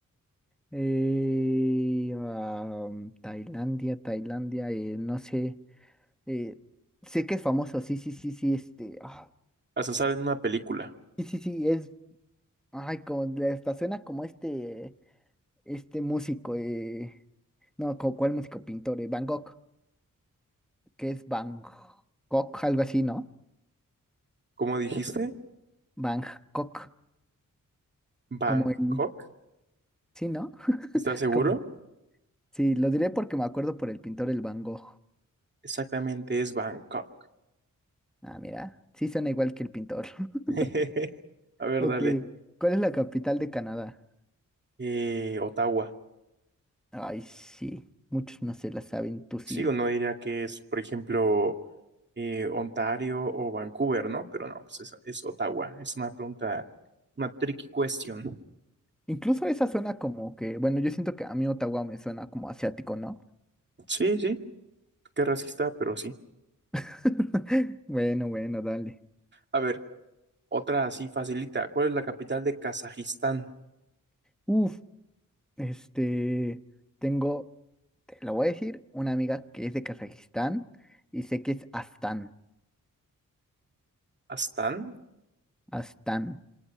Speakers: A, in the centre; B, on the right.
A: Eh, am, Tailandia, Tailandia, eh, no sé, eh, sé que es famoso, sí, sí, sí, sí, este, ah,
B: Hasta sale en una película.
A: sí, sí, sí, es, ay, como, le- hasta suena como este, este músico, eh, no, como cuál músico, pintor, eh, Van Gogh. que es Bangkok, algo así, ¿no?
B: ¿Cómo dijiste?
A: Bangkok,
B: ¿Bangkok?
A: como en... Sí, ¿no?
B: ¿Estás seguro?
A: Como... Sí, lo diré porque me acuerdo por el pintor el Van Gogh.
B: Exactamente, es Bangkok.
A: Ah, mira, sí suena igual que el pintor. <laughs>
B: <laughs> A ver,
A: Ok,
B: dale.
A: ¿cuál es la capital de Canadá?
B: Eh, Ottawa.
A: Ay, sí, muchos no se la saben, tú sí.
B: Sí, uno diría que es, por ejemplo, eh, Ontario o Vancouver, ¿no? Pero no, pues es, es Ottawa. Es una pregunta, una tricky question.
A: Incluso esa suena como que, bueno, yo siento que a mí Ottawa me suena como asiático, ¿no?
B: Sí, sí, qué racista, pero sí.
A: <laughs> Bueno, bueno, dale.
B: A ver, otra así facilita. ¿Cuál es la capital de Kazajistán?
A: Uf, este, tengo Te lo voy a decir una amiga que es de Kazajistán y sé que es Astán.
B: ¿Astán?
A: Astán.